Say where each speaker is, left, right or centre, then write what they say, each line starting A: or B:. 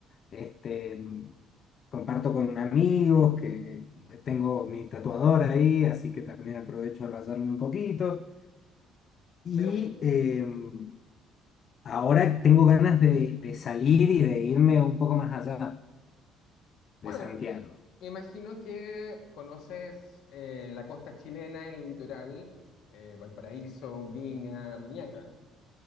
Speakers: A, on the left; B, on the left.
A: este, comparto con amigos que tengo mi tatuador ahí, así que también aprovecho a rayarme un poquito. Y
B: Pero,
A: em, Ahora tengo ganas de, de salir y de irme un poco más allá de
B: bueno,
A: Santiago.
B: me imagino que conoces eh, la costa chilena, el litoral, eh, Valparaíso, Viña, Riñaca.